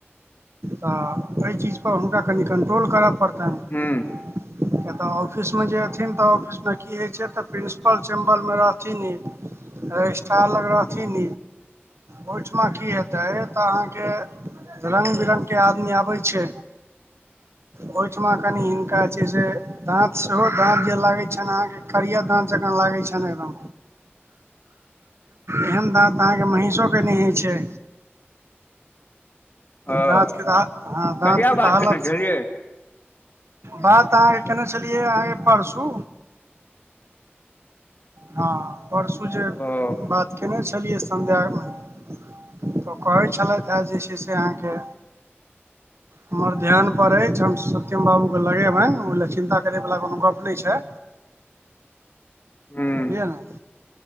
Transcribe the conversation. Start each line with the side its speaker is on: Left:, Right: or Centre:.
Right: तऽ एहि चीजपर हुनका कनि कन्ट्रोल करय पड़तनि।
Left: हँ
Right: कऽ तऽ ऑफिसमे जे एन तऽ ऑफिसमे की होइ छै तऽ प्रिन्सिपल? मालूमे रहथिन, रजिस्टर लग रहथिन। ओहिठाम की हेतै तऽ अहाँकेँ रंग बिरंग? आदमी आबै छै ओहिठाम, कनि हिनका जे छै से। दाँत सेहो, दाँत जे लागैत छनि अहाँके। करिया दाँत जकाँ लागै छै ने, एकदम। एहन दाँत अहाँकेँ महिषोके नहि होइ छै।
Left: ओ
Right: दाँतके तऽ हँ, दाँतके
Left: कहिया बात
Right: तऽ हालत
Left: केने छलियै
Right: छै। बात अहाँकेँ केने छलियै, अहाँकेँ पढ़सू। हँ, परसू जे
Left: ओ
Right: बात कयने छलियै संध्यामे। तऽ कहै छलैथ हेँ जे छै से अहाँके। हमर ध्यान पर अछि, हम सत्यम बाबूकेँ लगेबनि। ओहि लेलए चिन्ता करयवला कोनो गप्प नहि छै।
Left: हूँ
Right: किया ने